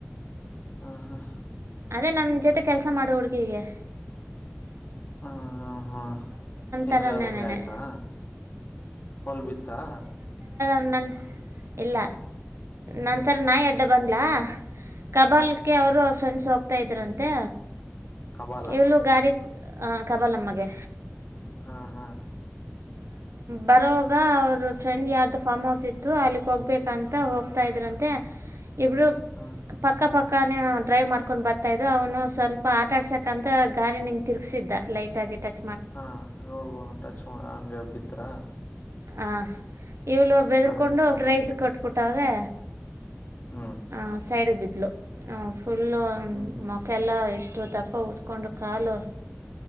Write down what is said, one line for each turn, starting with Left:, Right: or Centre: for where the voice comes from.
Left: ಹ ಹಾ
Right: ಅದೇ ನನ್ನ ಜೊತೆ ಕೆಲಸ ಮಾಡೋ ಹುಡುಗಗೆ
Left: ಹಾ ಹಾ ಹಾ ನಿನ್ಗದಂಗೆ
Right: ಥರನೇ
Left: ಆಯ್ತಾ ಹೊಲ್ ಬಿತ್ತಾ
Right: ನ <unintelligible> ಇಲ್ಲ ನಂತರ ನಾಯಿ ಅಡ್ಡ ಬಂದ್ಲಾ ಕಬಾಲ್ ಕೆ ಅವರು ಫ್ರೆಂಡ್ಸ್ ಹೋಗ್ತಾ ಇದ್ರಂತೆ
Left: ಕಬಾಲಾಗ
Right: ಇವ್ಳು <unintelligible> ಗಾಡಿ ಆ ಕಬಾಲಮ್ಮಗೆ
Left: ಹಾ ಹಾ
Right: ಬರೋಗ ಅವ್ರ ಫ್ರೆಂಡ್ ಯಾರ್ದು ಫಾರ್ಮ್ ಹೌಸ್ ಇತ್ತು ಅಲ್ಲಿಗೆ ಹೋಗ್ಬೇಕಂತ ಹೋಗ್ತಾ ಇದ್ರಂತೆ ಇಬ್ಬರು
Left: ಹಾ
Right: ಪಕ್ಕ ಪಕ್ ಕನೆ ಡ್ರೈವ್ ಮಾಡ್ಕೊಂಡ್ ಬರ್ತಾ ಇದ್ರು ಅವನು ಸ್ವಲ್ಪ ಆಟ ಆಡ್ಸಕ್ ಅಂತ ಗಾಡಿನ ಇಂಗ್ ತಿರ್ಗ್ಸಿದ್ದ ಲೈಟ್ ಆಗಿ ಟಚ್
Left: ಹ <unintelligible> ಟಚ್ ಮಾಡ ಹಂಗ ಬಿದ್ರ
Right: ಹ ಇವಳ ಬೆದರ್ಕೊಂಡು
Left: ಬ್ಯಾಲೆನ್ಸ್ ತಪ್ಪಿ
Right: ಫ್ರೈಸ್
Left: ಬಿದ್ದಿದ್ದು.
Right: ಕಟ್ಬಿಟ್ಟವ್ರೆ
Left: ಹ್ಮ್
Right: ಹ ಸೈಡ್ ಬ <unintelligible> <unintelligible> ಹ ಫುಲ್ಲು
Left: ಹ್ಮ್ ಹ್ಮ್
Right: ಮಕ್ಕೆಲ್ಲ ಎಷ್ಟು ತಪ್ ಪತ್ಕೊಂಡು ಕಾಲು